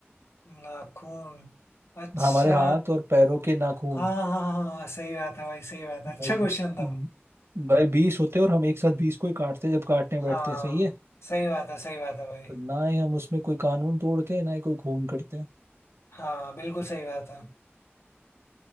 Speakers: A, on the left; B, on the right.
A: नाखून अच्छा
B: हमारे हाथ और पैरों के नाखून
A: हाँ हाँ हाँ हाँ, सही बात है भाई सही बात है
B: भाई
A: अच्छा
B: हम्म,
A: क्वेश्चन था
B: भाई बीस होते हैं और हम एक साथ बीस को ही काटते हैं जब काटने बैठते
A: हाँ
B: हैं सही है
A: सही बात है सही बात है भाई
B: पर ना ही हम उसमें कोई कानून तोड़ते हैं ना ही कोई खून करते हैं
A: हाँ बिल्कुल सही बात है